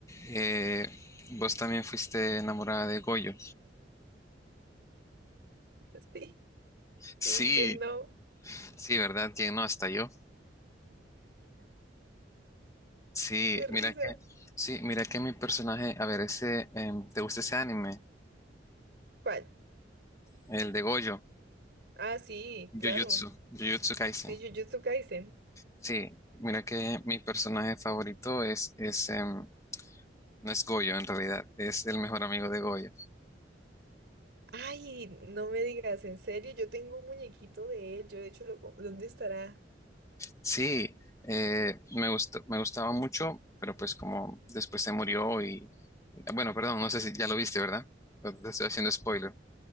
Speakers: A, on the left (about 15°); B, on the right (about 60°).
A: eh, vos también fuiste enamorada de Goyo.
B: <laughs> Sí,
A: Sí,
B: sí, ¿quién no?
A: sí, ¿verdad? ¿Quién no? Hasta yo. Sí,
B: Qué risa.
A: mira que, sí, mira que mi personaje, a ver, ese, em, ¿te gusta ese anime?
B: ¿Cuál?
A: El de Goyo,
B: Ah, sí,
A: Jujutsu,
B: claro.
A: Jujutsu Kaisen.
B: Sí, Jujutsu Kaisen.
A: Sí, mira que mi personaje favorito es, es, em, no es Goyo en realidad, es el mejor amigo de Goyo.
B: Ay, no me digas, en serio, yo tengo un muñequito de él. Yo de hecho lo com- ¿dónde estará?
A: Sí, eh, me gustó, me gustaba mucho, pero pues como después se murió y, bueno, perdón, no sé si ya lo viste, ¿verdad? Te estoy haciendo spoiler.